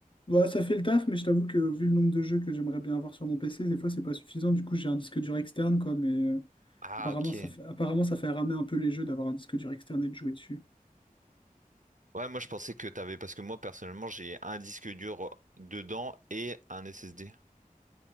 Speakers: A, on the left (about 35°); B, on the right (about 60°).
A: Ouais, ça fait le taf, mais je t'avoue que vu le nombre de jeux que j'aimerais bien avoir sur mon PC, des fois, c'est pas suffisant. Du coup, j'ai un disque dur externe, quoi. Mais euh,
B: Ah,
A: apparemment,
B: ok.
A: ça fait, apparemment, ça fait ramer un peu les jeux d'avoir un disque dur externe et de jouer dessus.
B: Ouais, moi je pensais que t'avais, parce que moi personnellement, j'ai un disque dur dedans et un SSD.